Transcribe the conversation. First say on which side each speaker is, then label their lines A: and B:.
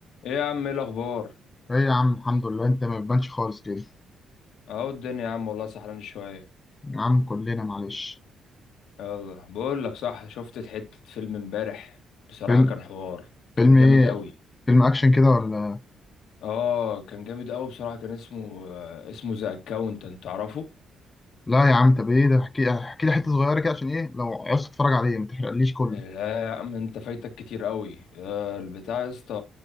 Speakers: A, on the left; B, on the left.
A: ايه يا عم ايه الاخبار
B: ايه يا عم الحمد لله انت ما بتبانش خالص كده
A: اهو الدنيا يا عم والله سحران شويه
B: يا عم كلنا معلش
A: يلا بقول لك صح شفت حته فيلم امبارح بصراحه
B: فيلم
A: كان حوار كان
B: فيلم
A: جامد
B: ايه
A: قوي
B: فيلم اكشن كده ولا
A: اه كان جامد قوي بصراحه كان اسمه آه، اسمه ذا اكاونتنت تعرفه
B: لا يا عم طب ايه ده احكي احكي لي حته صغيره كده عشان ايه لو عايز تتفرج عليه ما تحرقليش كله
A: لا يا عم انت فايتك كتير قوي آه، البتاع يا اسطى